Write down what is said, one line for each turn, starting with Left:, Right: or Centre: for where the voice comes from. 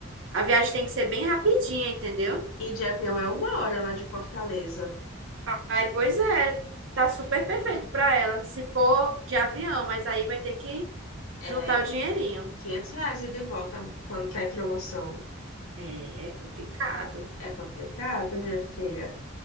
Right: A viagem tem que ser bem rapidinha, entendeu?
Left: e de avião é uma hora lá de Fortaleza.
Right: Aí, pois é, tá super perfeito pra ela, se for de avião, mas aí vai ter que
Left: É
Right: juntar o dinheirinho.
Left: 500 reais e de volta quando tá em promoção.
Right: É, é complicado.
Left: É complicado, minha filha.